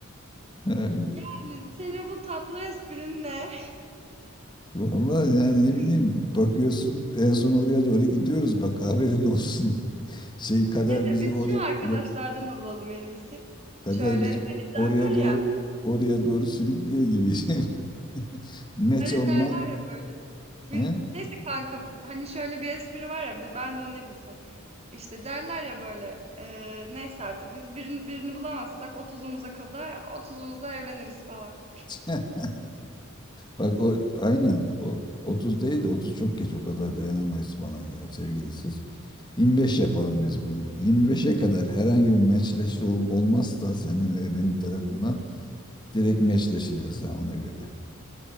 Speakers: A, on the left; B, on the right.
A: Evet.
B: Yani senin bu tatlı esprin ne?
A: Vallahi yani ne
B: <laughs>
A: bileyim bakıyorsun en son oraya doğru gidiyoruz bak haberin olsun. <laughs> Şey kader
B: Neyse
A: bizi
B: biz
A: oraya
B: şu arkadaşlardan
A: o-
B: olalım en iyisi.
A: kader
B: Şöyle
A: bizi
B: hani
A: oraya
B: derler
A: doğru
B: ya.
A: oraya doğru sürüklüyor gibi. <laughs> Meç
B: Hani
A: olma.
B: derler ya böyle. Bir,
A: He?
B: neyse kanka hani şöyle bir espri var ya bir- ben de onu yapayım sana. İşte derler ya böyle eee, neyse artık biz birini, birini bulamazsak 30'umuza kadar otuzumuzda evleniriz falan.
A: <laughs> Bak o aynen o 30 değil de 30 çok geç o kadar dayanamayız falan ya sevgilisiz. 25 yapalım biz bunu. 25'e kadar herhangi bir meçleşme ol- olmazsa senin ve benim tarafından direkt meçleşeceğiz ha ona göre.